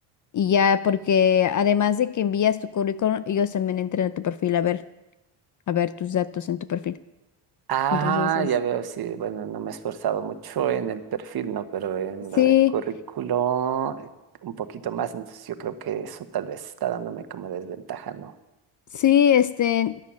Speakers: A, on the left; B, on the right.
A: Y ya, porque además de que envías tu currículum, ellos también entran a tu perfil a ver, a ver tus datos en tu perfil.
B: Ah,
A: Entonces es,
B: ya veo, sí, bueno, no me he esforzado mucho en el perfil, ¿no? Pero en
A: sí,
B: lo del currículo, eh, un poquito más, entonces yo creo que eso tal vez está dándome como desventaja, ¿no?
A: sí, este,